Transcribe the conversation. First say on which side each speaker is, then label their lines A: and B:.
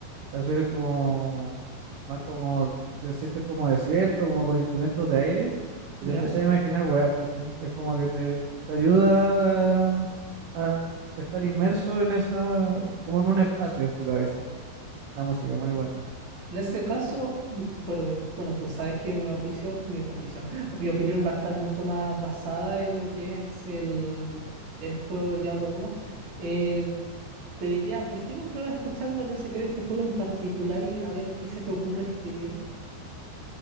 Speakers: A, on the right; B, on the right.
A: canciones como más como se siente como desierto, como con instrumentos de aire,
B: ¿Ya?
A: y te empecé a imaginar weas, ¿cachai? Es como que te, te ayuda a, a estar inmerso en esa, como en un espacio en tu cabeza. La música muy buena.
B: En ese caso, mm, pero bueno, tú sabes que mi opinión, mi, mi opinión, <gasps> <laughs> mi opinión va a estar mucho más basada en lo que es el, el juego del Diablo uno Eh, te diría, ¿por qué no pruebas escuchando el OST de este juego en particular y a ver qué se te ocurre escribir?